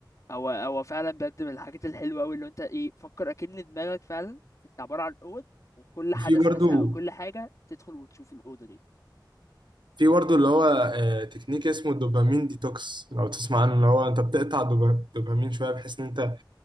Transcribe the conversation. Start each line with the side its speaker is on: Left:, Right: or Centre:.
Left: او او فعلا بجد من الحاجات الحلوه قوي اللي انت ايه فكر اكن دماغك فعلا انت عباره عن اوض وكل
Right: وفي
Left: حدث
Right: برضو
Left: مثلا او كل حاجه تدخل وتشوف الاوضه دي
Right: في برضو اللي هو آه، تكنيك اسمه الدوبامين ديتوكس لو تسمع عنه اللي هو أنت بتقطع الدوبا- الدوبامين شوية بحيث إن أنت